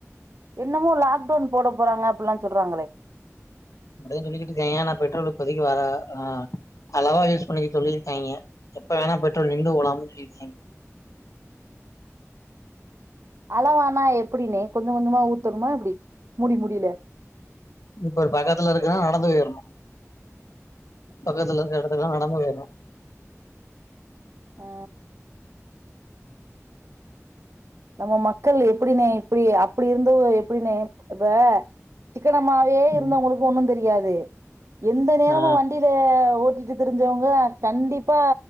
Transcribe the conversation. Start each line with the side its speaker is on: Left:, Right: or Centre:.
Right: என்னமோ லாக்டவுன் போட போறாங்க அப்படிலாம் சொல்றாங்களே
Left: அப்படிதா சொல்லிக்கிட்டு இருக்காங்க ஆனா பெட்ரோலுக்கு இப்போதிக்கு வர ஆஹ் அளவா யூஸ் பண்ணிக்க சொல்லியிருக்காங்க எப்ப வேணா பெட்ரோல் நின்று போலாம்னு சொல்லியிருக்காங்க
Right: அளவானா எப்படனே கொஞ்சம் கொஞ்சமா ஊத்தணுமா எப்படி முடி முடியில
Left: இப்ப பக்கத்துல இருக்குன்னா நடந்து போயிடணு பக்கத்துல இடத்துகல நடந்து போயிடும்
Right: ஆ நம்ம மக்கள் எப்படனே இப்படி அப்படி இருந்தோ எப்படனே இப்ப சிக்கனமாவே இருந்தவங்களுக்கு
Left: ம்
Right: ஒன்னும் தெரியாது எந்த நேரமும்
Left: ஆ
Right: வண்டியில ஓ ட்டு தெரிஞ்சவங்க கண்டிப்பா